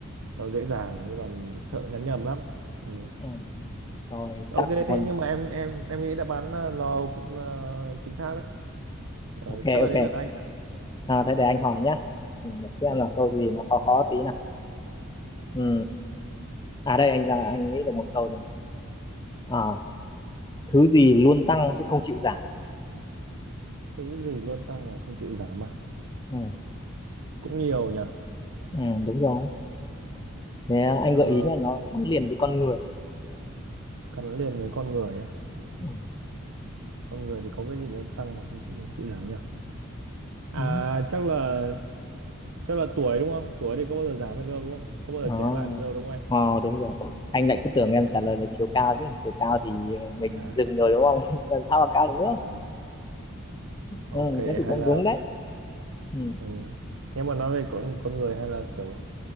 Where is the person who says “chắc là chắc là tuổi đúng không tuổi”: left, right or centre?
Right